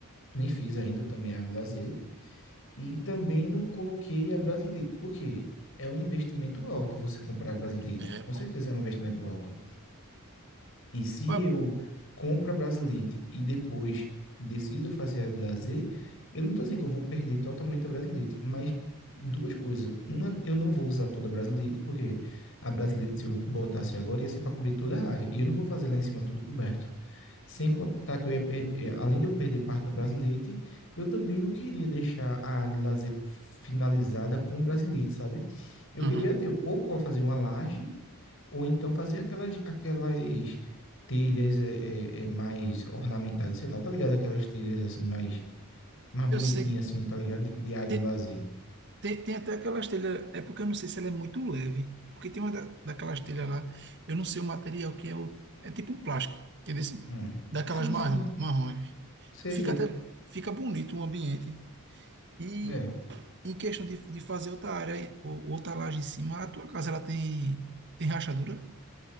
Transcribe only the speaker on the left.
nem fiz ainda também a área de lazer. E também não coloquei a Brasilite, porque é um investimento alto você comprar a Brasilite.
Com
certeza é um investimento alto. E se
eu compro a Brasilite e depois decido fazer a de lazer, eu não estou dizendo que eu vou perder totalmente a Brasilite, mas duas coisas. Uma, eu não vou usar toda a Brasilite, porque a Brasilite, se eu botasse agora, ia ser para cobrir toda a área. E eu não vou fazer lá em cima tudo coberto. Sem contar que eu ia, per- eh, além de eu perder parte da Brasilite, eu também não queria deixar a área de lazer finalizada com Brasilite, sabe? Eu
queria ter ou co- fazer uma laje, ou então fazer aquelas, aquelas telhas eh, eh, eh, mais ornamentadas, sei lá, tá ligado? Aquelas telhas assim, mais, mais bonitinhas
assim, tá ligado? De, de área
de lazer.
Hum.
Sim,
sim,
sei,
sei.
É.